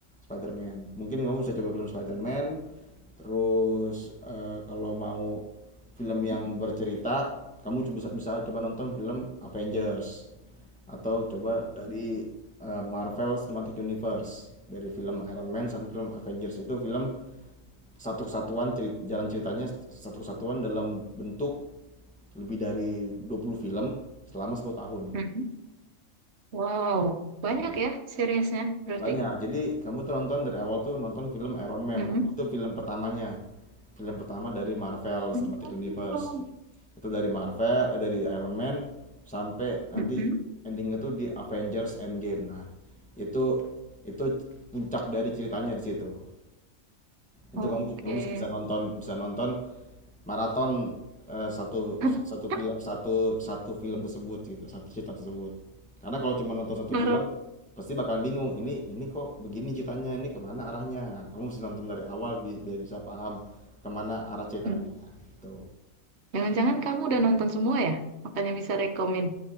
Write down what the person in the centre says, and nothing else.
Spider-Man mungkin kamu bisa coba film Spider-Man Terus eh, kalau mau film yang bercerita, kamu bisa bisa coba nonton film Avengers atau coba dari eh, Marvel Cinematic Universe dari film Iron Man sampai film Avengers itu film satu kesatuan cerit- jalan ceritanya satu satu kesatuan dalam bentuk lebih dari 20 film selama 10 tahun.
Iya.
Banyak. Jadi kamu tuh nonton dari awal tuh nonton film Iron Man.
Nah, itu film pertamanya. Film pertama dari Marvel Cinematic
Universe. Itu dari Marvel, eh, dari Iron Man sampai nanti
endingnya tuh di Avengers Endgame. Nah, itu itu puncak dari ceritanya di situ. Itu
kamu kamu bisa nonton bisa nonton maraton eh, satu
satu film
satu satu film tersebut gitu satu cerita tersebut karena kalau cuma nonton satu
film pasti bakalan bingung ini ini kok begini ceritanya ini kemana arahnya kamu mesti nonton dari awal bi- biar bisa paham kemana arah ceritanya
gitu